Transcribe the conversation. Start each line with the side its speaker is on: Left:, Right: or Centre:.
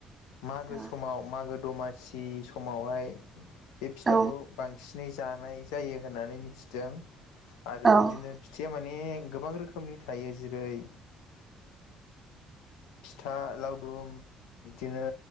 Left: मागो
Right: औ
Left: समाव मागो दमासि समावहाय बे फिथाखौ
Right: औ
Left: बांसिन यै जानाय जायो होननानै मिथिदों आरो
Right: औ
Left: बिदिनो फिथाया माने गोबां रोखोमनि थायो जेरै फिथा लावदुम बिदिनो